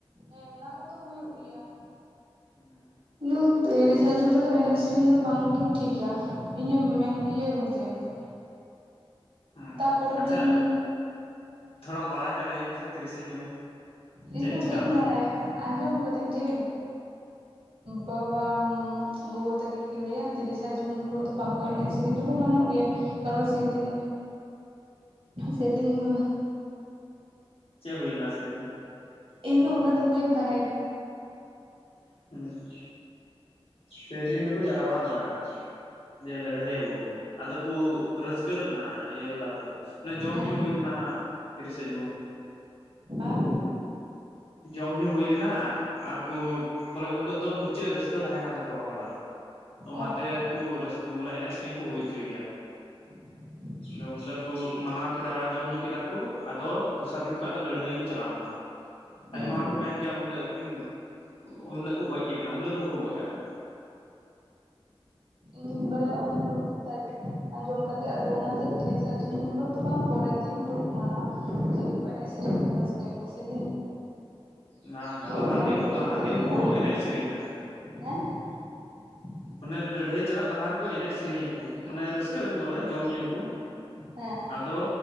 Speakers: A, on the right; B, on the left.
A: ᱦᱮᱸ ᱚᱱᱟ ᱠᱚᱫᱚ ᱦᱩᱭᱩᱜ ᱜᱮᱭᱟ᱾
B: ᱦᱩᱸ
A: ᱞᱩᱛ ᱤᱨᱤᱥᱥᱟ ᱡᱩᱱ ᱨᱮᱫᱚ ᱮᱱᱮᱡ ᱥᱮᱨᱮᱧ ᱫᱚ ᱵᱟᱝᱜᱮ ᱴᱷᱤᱠᱟ ᱤᱧᱟᱹᱜ ᱢᱮᱱ ᱤᱭᱟᱹ ᱚᱱᱩᱡᱟᱭᱤ ᱫᱚ᱾
B: ᱦᱮᱸ
A: ᱛᱟᱯᱚᱨᱮᱨ
B: ᱟᱪᱪᱷᱟ
A: ᱫᱤᱱ
B: ᱛᱷᱚᱲᱟᱢ ᱵᱟᱲᱟᱭ ᱠᱷᱟᱡ ᱞᱟᱹᱭᱟᱹᱧ ᱢᱮᱥᱮ ᱛᱤᱨᱤᱥᱥᱥᱟ ᱡᱩᱱ?
A: ᱤᱧ
B: ᱪᱮᱫ
A: ᱫᱚ
B: ᱪᱮᱠᱟ
A: ᱵᱟᱹᱧ
B: ᱞᱮᱱᱟ
A: ᱵᱟᱲᱟᱭᱟ ᱟᱸᱡᱚᱢ ᱠᱟᱹᱫᱟᱹᱧ ᱡᱮ ᱵᱟᱵᱟ ᱜᱚᱜᱚ ᱛᱟᱠᱤᱱ ᱠᱤᱱ ᱞᱟᱹᱭᱟ ᱛᱤᱨᱤᱥᱥᱟ ᱡᱩᱱ ᱦᱤᱞᱳᱜ ᱫᱚ ᱵᱟᱝᱠᱚ ᱮᱱᱮᱡ ᱥᱮᱨᱮᱧ ᱨᱮᱦᱚᱸ ᱜᱟᱱᱚᱜ ᱜᱮᱭᱟ᱾ ᱠᱟᱨᱚᱱ ᱥᱮᱫᱤᱱ ᱥᱮᱫᱤᱱ ᱦᱮᱞᱚᱜ
B: ᱪᱮᱫ ᱦᱩᱭ ᱞᱮᱱᱟ ᱥᱮᱫᱤᱱ?
A: ᱤᱧ ᱫᱚ ᱩᱱᱟᱹᱜ ᱫᱚ ᱵᱟᱹᱧ ᱵᱟᱲᱟᱭᱟ
B: ᱦᱩᱸ ᱥᱮᱫᱤᱱ ᱫᱚᱠᱚ ᱡᱟᱨᱣᱟ ᱞᱮᱱᱟ᱾ ᱫᱮ ᱞᱟᱹᱲᱦᱟᱹᱭᱟᱵᱚ ᱟᱫᱚ ᱠᱚ ᱨᱟᱹᱥᱠᱟᱹ ᱞᱮᱱᱟ ᱤᱭᱟᱹ ᱞᱮᱫᱟᱠᱚ᱾ ᱟᱱᱮ ᱡᱚᱢ
A: ᱦᱮᱸ
B: ᱧᱩ ᱦᱩᱭ ᱞᱮᱱᱟ ᱛᱤᱨᱤᱥᱥᱟ ᱡᱩᱱ
A: ᱟᱨ
B: ᱡᱚᱢ ᱧᱩ ᱦᱩᱭ ᱞᱮᱱᱟ ᱟᱨᱠᱚ ᱵᱚᱞᱮ ᱩᱱᱦᱤᱞᱚᱜ ᱫᱚ ᱢᱩᱪᱟᱹᱫ ᱨᱟᱹᱥᱠᱟᱹ ᱛᱟᱦᱮᱸ ᱠᱟᱱ ᱛᱟᱠᱚᱣᱟ ᱦᱚᱲᱟᱜ ᱚᱱᱟᱛᱮᱠᱚ
A: ᱚ
B: ᱨᱟᱹᱥᱠᱟᱹ ᱵᱚᱞᱮ ᱮᱱᱮᱡ ᱥᱮᱨᱮᱧ ᱠᱚ ᱦᱩᱭ ᱚᱪᱚᱭ ᱜᱮᱭᱟ᱾
A: <inaudible>
B: ᱟᱫᱚ ᱩᱱᱦᱤᱞᱳᱜ ᱠᱚ ᱢᱟᱱᱟᱣ ᱠᱮᱫᱟ ᱡᱚᱢ ᱧᱩ ᱠᱮᱫᱟ ᱠᱚ ᱟᱫᱚ ᱫᱚᱥᱟᱨ ᱫᱤᱱ ᱠᱷᱚᱡ ᱟᱫᱚ ᱞᱟᱹᱲᱦᱟᱹᱭ ᱜᱮᱠᱚ ᱪᱟᱞᱟᱣ ᱮᱱᱟ᱾
A: ᱦᱮᱸ
B: ᱟᱭᱢᱟ ᱦᱚᱲ ᱠᱚ ᱢᱮᱱ ᱜᱮᱭᱟ ᱩᱱ ᱦᱤᱞᱳᱜ ᱠᱤᱱ ᱩᱱ ᱦᱤᱞᱳᱜ ᱠᱚ ᱜᱚᱡ ᱠᱮᱜ ᱠᱤᱱᱟ ᱩᱱ ᱦᱤᱞᱳᱜ ᱫᱚ ᱵᱟᱠᱚ ᱜᱚᱡ ᱠᱟᱜ ᱠᱤᱱᱟ᱾
A: ᱤᱧ ᱵᱟᱲᱟᱭᱟ ᱩᱱ ᱦᱤᱞᱟᱜ ᱜᱮ ᱛᱟᱡᱤ ᱟᱸᱡᱚᱢ ᱠᱟᱛᱮ ᱟᱫᱚ ᱚᱱᱟᱛᱮ ᱛᱤᱨᱤᱥᱥᱟ ᱡᱩᱱ ᱦᱤᱞᱳᱜ ᱫᱚ ᱵᱟᱝ ᱯᱚᱨᱮ ᱫᱤᱱ ᱦᱤᱞᱳᱜ ᱠᱚ ᱢᱟᱱᱟᱣᱟ ᱯᱩᱡᱟᱹᱭᱟᱠᱚ ᱮᱱᱮᱡ ᱥᱮᱨᱮᱧᱟᱠᱚ ᱨᱟᱹᱥᱠᱟᱹᱭᱟᱠᱚ ᱥᱮ
B: ᱚᱱᱟ ᱵᱟᱝ ᱞᱟᱦᱟ
A: ᱢᱟᱭᱟᱝ
B: ᱫᱤᱱ
A: ᱠᱚ
B: ᱞᱟᱦᱟ
A: ᱞᱤᱸᱡᱤ
B: ᱫᱤᱱ
A: ᱞᱮᱱᱟ
B: ᱠᱩ ᱮᱱᱮᱡ ᱥᱮᱨᱮᱧᱟ᱾
A: ᱦᱮᱸ <inaudible>
B: ᱚᱱᱮ ᱞᱟᱹᱲᱦᱟᱹᱭ ᱪᱟᱞᱟᱜ ᱞᱟᱦᱟ ᱨᱮᱠᱚ ᱮᱱᱮᱡ ᱥᱮᱨᱮᱧ ᱟᱠᱩ ᱢᱟᱱᱮ ᱨᱟᱹᱥᱠᱟᱹᱜ ᱟᱠᱚ ᱵᱚᱞᱮ ᱡᱚᱢ ᱧᱩᱭ ᱟᱠᱚ᱾
A: ᱦᱮᱸ
B: ᱟᱫᱚ